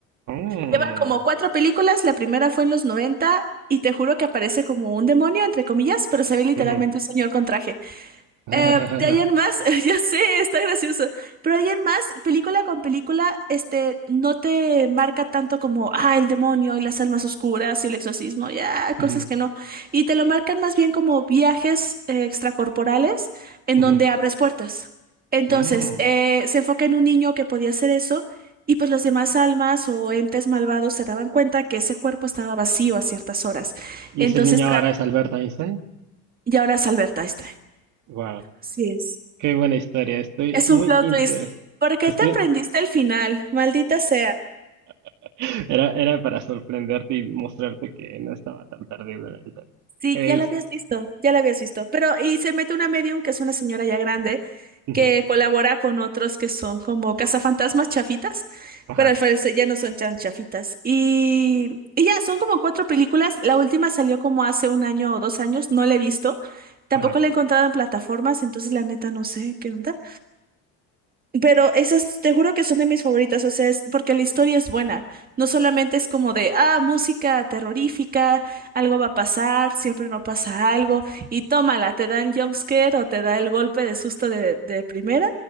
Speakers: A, on the right; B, on the right.
A: Mm,
B: Llevan como cuatro películas, la primera fue en los 90 y te juro que aparece como un demonio, entre comillas, pero se ve literalmente
A: ujú,
B: un señor con traje.
A: <laughs>
B: Eh, de ahí en más, <laughs> ya sé, está gracioso, pero de ahí en más, película con película, este, no te marca tanto como, ah, el demonio y las almas oscuras y el exorcismo, ya,
A: ujú,
B: cosas que no, y te lo marcan más bien como viajes eh, extracorporales en
A: ujú,
B: donde abres puertas. Entonces,
A: mm.
B: eh, se enfoca en un niño que podía hacer eso y pues los demás almas o entes malvados se daban cuenta que ese cuerpo estaba vacío a ciertas horas.
A: Y
B: Entonces,
A: ese niño
B: tra-
A: ahora es Albert Einstein.
B: y ahora es Alberta, ahí está.
A: Wow,
B: Así es.
A: qué buena historia. Estoy
B: Es
A: muy
B: un plot
A: interesado.
B: twist. ¿Por qué
A: Estoy...
B: te aprendiste el final? Maldita sea.
A: <laughs> Era, era para sorprenderte y mostrarte que no estaba tan perdido en el- tema.
B: Sí,
A: Es.
B: ya la habías visto, ya la habías visto. Pero, y se mete una medium, que es una señora ya grande,
A: ujú,
B: que colabora con otros que son como cazafantasmas chafitas,
A: Ajá,
B: pero al parecer ya no son tan chafitas. Y, y ya, son como cuatro películas. La última salió como hace un año o dos años, no la he visto. Tampoco
A: ajá,
B: la he encontrado en plataformas, entonces la neta no sé qué onda. Pero esas, te juro que son de mis favoritas, o sea, es porque la historia es buena. No solamente es como de, ah, música terrorífica, algo va a pasar, siempre no pasa algo, y tómala, te dan jumpscare o te da el golpe de susto de, de primera,